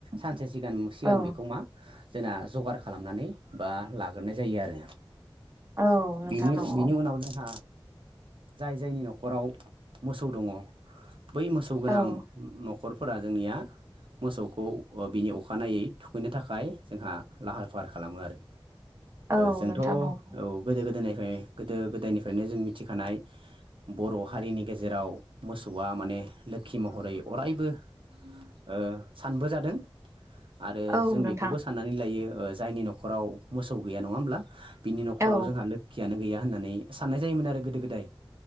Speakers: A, on the right; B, on the right.
A: सानसे सिगां सिगां
B: औ
A: बेखौ मा जोंना जगार खालामनानै बा लाग्रोनाय जायो आरो।
B: औ नोंथां
A: बिनि
B: नंगौ
A: बिनि उनाव जोंहा जाय जायनि न'खराव मोसौ दङ' बै मोसौ गोनां
B: औ
A: न'खर फोरा जोंनिया मोसौखौ बिनि अखानायै थुखैनो थाखाय जोंहा लाहार फाहार खालामो आरो
B: औ
A: जोंथ'
B: नोंथां
A: औ
B: नंगौ
A: गोदो गोदायनिफ्राय गोदो गोदायनिफ्रायनो जों मिथिखानाय बर' हारिनि गेजेराव मोसौआ माने लोखि महरै अरायबो ओ सानबो जादों। आरो
B: औ
A: जों
B: नोंथां
A: बेखौबो साननानै लायो जायनि न'खराव मोसौ गैया नङा होमब्ला बिनि नखराव
B: औ
A: जोंहा लोखियानो गैया होननानै साननाय जायोमोन आरो गोदो गोदाय